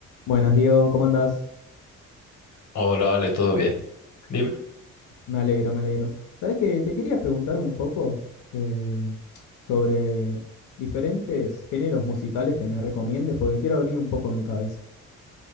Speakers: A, on the left; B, on the left.
A: Buenas, Diego, ¿cómo andás?
B: Hola, Ale, ¿todo bien? Dime.
A: Me alegro, me alegro. Sabes que te quería preguntar un poco eh, sobre diferentes géneros musicales que me recomiendes, porque quiero abrir un poco mi cabeza.